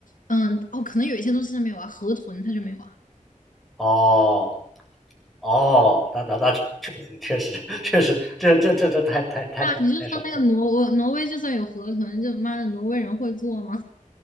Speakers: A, on the left; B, in the centre.
A: 嗯，哦，可能有一些东西它没有啊，河豚它就没有啊。
B: 哦哦，那那那确实确实确实，这这这这太太太少太少了，
A: 那你就说那个挪威，挪威就算有河豚，就妈的挪威人会做吗？